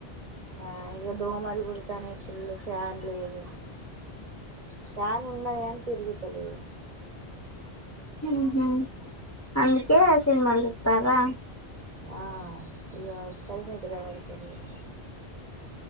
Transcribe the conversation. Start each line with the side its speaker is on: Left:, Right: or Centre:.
Right: ఆ ఇగ దోమలు గుడతానయి ఫుల్లు ఫ్యాన్ లేదు ఫ్యాన్ ఉన్న గాని తిరుగుతలేదు
Left: హ్మ్ హు అందుకే సినిమాలు చూత్తర్రా
Right: ఆ ఇగ అసల్ నిద్ర పడతలేదు